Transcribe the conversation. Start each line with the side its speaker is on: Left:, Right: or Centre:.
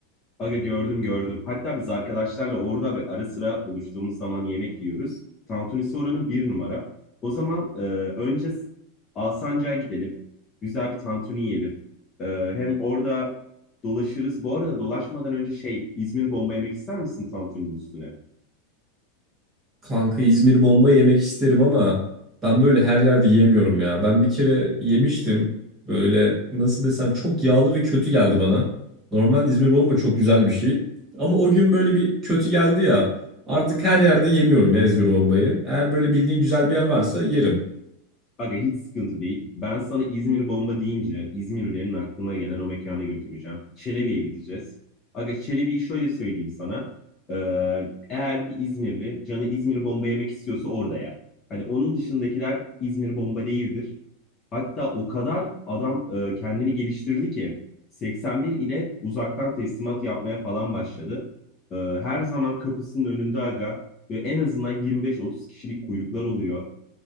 Left: Aga gördüm gördüm. Hatta biz arkadaşlarla orada ve ara sıra buluştuğumuz zaman yemek yiyoruz. Tantunisi oranın bir numara. O zaman e, önce S- Alsancak'a gidelim. Güzel bir tantuni yiyelim. Ee, hem orada dolaşırız. Bu arada dolaşmadan önce şey İzmir bomba yemek ister misin tantuninin üstüne?
Right: Kanka İzmir bomba yemek isterim ama ben böyle her yerde yemiyorum ya. Ben bir kere yemiştim. Böyle nasıl desem çok yağlı ve kötü geldi bana. Normalde İzmir bomba çok güzel bir şey. Ama o gün böyle bir kötü geldi ya. Artık her yerde yemiyorum ya İzmir bombayı. Eğer böyle bildiğin güzel bir yer varsa yerim.
Left: Aga hiç sıkıntı değil. Ben sana İzmir bomba deyince İzmirlilerin aklına gelen o mekana götüreceğim. Çelebi'ye gideceğiz. Aga Çelebi'yi şöyle söyleyeyim sana. Ee, eğer bir İzmirli canı İzmir bomba yemek istiyorsa orada yer. Hani onun dışındakiler İzmir bomba değildir. Hatta o kadar adam e, kendini geliştirdi ki 81 ile uzaktan teslimat yapmaya falan başladı. Ee, her zaman kapısının önünde aga ve en azından 25-30 kişilik kuyruklar oluyor.